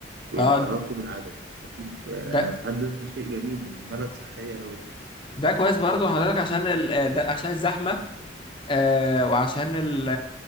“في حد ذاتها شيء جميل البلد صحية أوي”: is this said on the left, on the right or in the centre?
Right